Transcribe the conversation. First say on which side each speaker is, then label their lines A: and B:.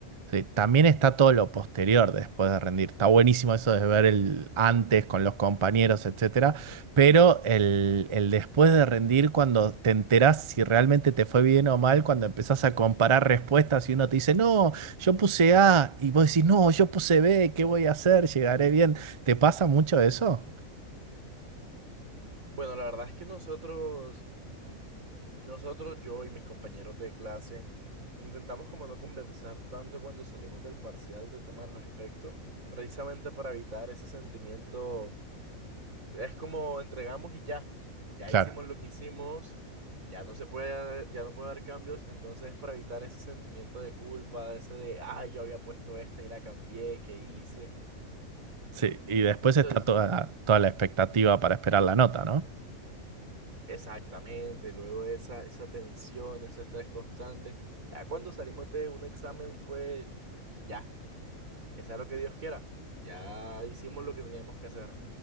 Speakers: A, on the right; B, on the right.
A: Sí, también está todo lo posterior de después de rendir. Está buenísimo eso de ver el antes con los compañeros, etcétera, pero el, el después de rendir, cuando te enterás si realmente te fue bien o mal, cuando empezás a comparar respuestas y uno te dice, no, yo puse A, y vos decís, no, yo puse B, ¿qué voy a hacer? ¿Llegaré bien? ¿Te pasa mucho eso?
B: Bueno, la verdad es que nosotros... Nosotros, yo y mis compañeros de clase, intentamos como no conversar tanto cuando salimos del parcial de temas al respecto, precisamente para evitar ese sentimiento. mm, Es como entregamos y ya, ya
A: Claro,
B: hicimos lo que hicimos, ya no se puede, ya no puede haber cambios, entonces para evitar ese sentimiento de culpa, ese de, ay, yo había puesto este y la cambié, ¿qué hice?
A: sí, y después está
B: Entonces,
A: toda, toda la expectativa para esperar la nota, ¿no?
B: Exactamente, luego esa, esa tensión, ese estrés constante. Ya cuando salimos de un examen fue, ya, que sea lo que Dios quiera, ya hicimos lo que teníamos que hacer.